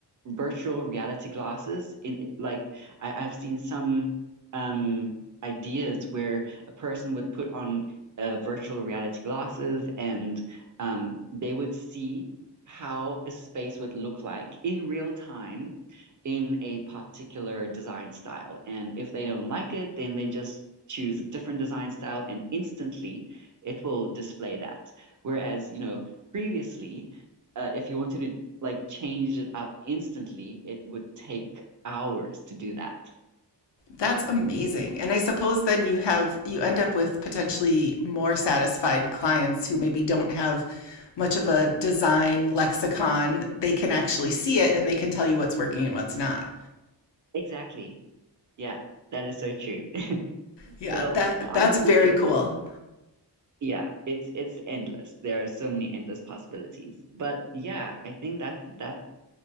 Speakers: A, on the right (about 45°); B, on the left (about 75°).
A: virtual reality glasses in like I, I've seen some um ideas where a person would put on uh, virtual reality glasses and um, they would see how a space would look like in real time in a particular design style. And if they don't like it, then they just choose a different design style and instantly it will display that. Whereas, you know, previously, uh, if you wanted to like change it up instantly, it would take hours to do that.
B: That's amazing. And I suppose then you have you end up with potentially more satisfied clients who maybe don't have much of a design lexicon. They can actually see it and they can tell you what's working and what's not.
A: Exactly. Yeah, that is so true. <laughs>
B: Yeah,
A: So
B: that
A: honestly,
B: that's very
A: it's
B: cool.
A: yeah, it's it's endless. There are so many endless possibilities. But yeah, I think that that's